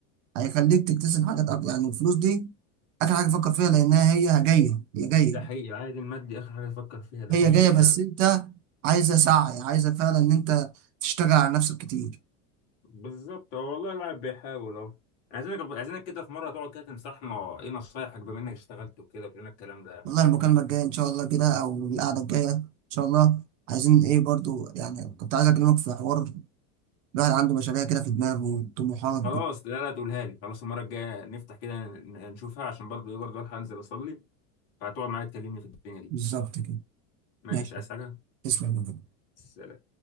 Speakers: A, on the right (about 60°); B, on the left (about 35°).
A: هيخليك تكتسب حاجات اكتر يعني الفلوس دي اخر حاجه فكر فيها لانها هي جايه هي جايه
B: ده حقيقي العائد المادي اخر حاجه تفكر فيها ده
A: هي
B: حقيقي
A: جايه
B: فعلا
A: بس انت عايزه سعي عايزه فعلا ان انت تشتغل على نفسك كتير
B: بالظبط هو والله الواحد بيحاول اهو عايزينك عايزينك كده في مره تقعد كده تنصحنا ايه نصايحك بما انك اشتغلت وكده وكلنا الكلام ده يعني
A: والله المكالمه الجايه ان شاء الله كده او القعده الجايه ان شاء الله عايزين ايه برضو يعني كنت عايز اكلمك في حوار الواحد عنده مشاريع كده في دماغه وطموحات
B: خلاص لا لا تقولها لي خلاص المره الجايه نفتح كده ن- نشوفها عشان برضه ايه برضه الحق انزل اصلي فهتقعد معايا تكلمني في الدنيا دي
A: بالظبط كده
B: ماشي
A: ماشي
B: عايز حاجه
A: تسلم يا بابا.
B: سلام